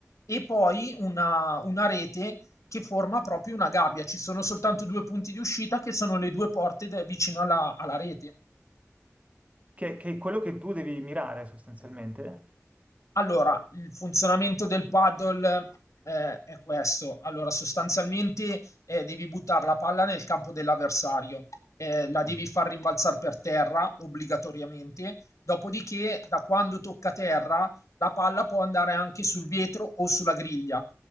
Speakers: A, on the left; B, on the right.
A: e poi una una rete che forma proprio una gabbia. Ci sono soltanto due punti di uscita che sono le due porte de- vicino alla, alla rete.
B: Che, che è quello che tu devi mirare sostanzialmente.
A: Allora, il funzionamento del paddle, ehm, è questo. Allora, sostanzialmente, ehm, devi buttar la palla nel campo dell'avversario, ehm, la devi
B: Mhm.
A: far rimbalzar per terra obbligatoriamente, dopodiché da quando tocca terra la palla può andare anche sul vetro o sulla griglia.